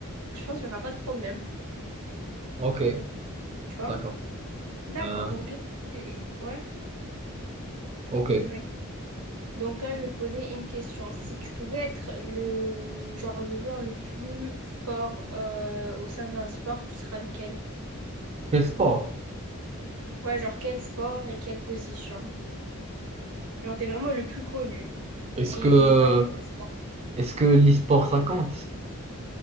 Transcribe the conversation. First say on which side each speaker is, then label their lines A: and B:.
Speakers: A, on the right; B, on the right.
A: Donc, je pense qu'il y aura pas de problème.
B: Ok,
A: Tu vois?
B: d'accord.
A: D'accord,
B: Euh,
A: donc là, j'ai- ouais,
B: ok.
A: tu peux poser ma Donc là, je vais te poser une question. Si tu pouvais être le genre le joueur le plus fort euh, au sein d'un sport, tu seras lequel?
B: Quel sport?
A: Ouais, genre quel sport et quelle position? Genre t'es vraiment le plus connu.
B: Est-ce
A: Mais
B: que,
A: dans quel sport?
B: est-ce que l'e-sport ça compte?